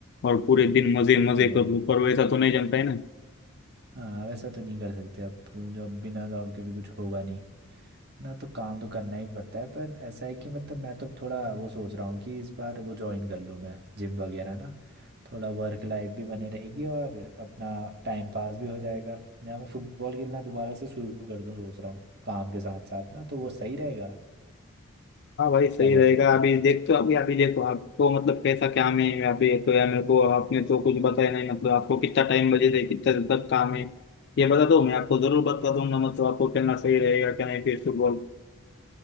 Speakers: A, on the left; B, on the right.
A: और पूरे दिन मजे मजे
B: अरे
A: कर लूँ पर वैसा तो नहीं जमता है ना
B: हाँ वैसा तो नहीं कर सकते अब तो जो अब बिना जॉब के भी कुछ होगा नहीं ना तो काम तो करना ही पड़ता है पर ऐसा है कि मतलब मैं तो थोड़ा वो सोच रहा हूँ कि इस बार वो ज्वाइन कर लूँ मैं जिम वगैरह ना थोड़ा वर्क लाइफ भी बनी रहेगी और अपना टाइम पास भी हो जाएगा या मैं फुटबॉल खेलना दोबारा से शुरू कर दूँ सोच रहा हूँ काम के साथ साथ ना तो वो सही रहेगा
A: हाँ भाई सही
B: क्या कहते
A: रहेगा
B: हो तुम
A: अभी देखते हो अभी अभी देखो आपको मतलब कैसा क्या में है अभी तो यार मेरे को आपने तो कुछ बताया नहीं मतलब आपको कितना टाइम बजे से कितना देर तक काम है ये बता दो मैं आपको जरूर बता दूंगा मतलब आपको खेलना सही रहेगा क्या नहीं फिर फुटबॉल